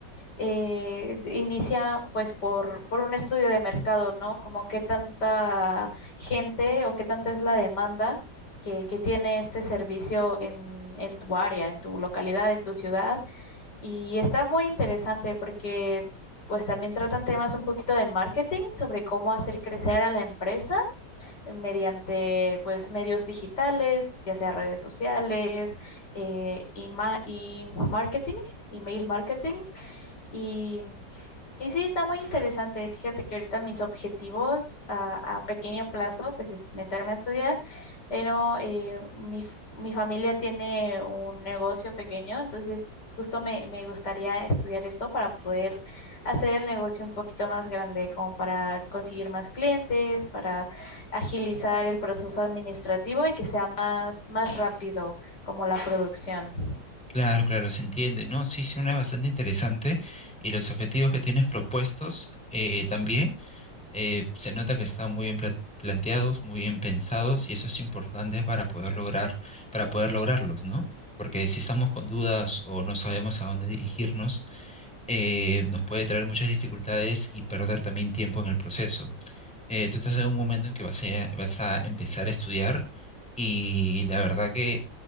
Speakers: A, on the left; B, in the centre.
A: eh, inicia pues por, por un estudio de mercado, ¿no? Como qué tanta gente o qué tanta es la demanda que, que tiene este servicio en, en tu área, en tu localidad, en tu ciudad y está muy interesante porque pues también tratan temas un poquito de marketing sobre cómo hacer crecer a la empresa mediante pues medios digitales, ya sea redes sociales, eh, y, ma- y marketing, email marketing. Y y sí, está muy interesante. Fíjate que ahorita mis objetivos a, a pequeño plazo, pues es meterme a estudiar, pero eh, mi, f- mi familia tiene un negocio pequeño, entonces justo me, me gustaría estudiar esto para poder hacer el negocio un poquito más grande, como para conseguir más clientes, para agilizar el proceso administrativo y que sea más, más rápido como la producción.
B: Claro, claro, se entiende, ¿no? Sí, sí, una bastante interesante. Y los objetivos que tienes propuestos eh, también Eh, se nota que están muy bien pla- planteados, muy bien pensados, y eso es importante para poder lograr, para poder lograrlos, ¿no? Porque si estamos con dudas o no sabemos a dónde dirigirnos, eh, nos puede traer muchas dificultades y perder también tiempo en el proceso. Eh, tú estás en un momento en que vas a, vas a empezar a estudiar y la verdad que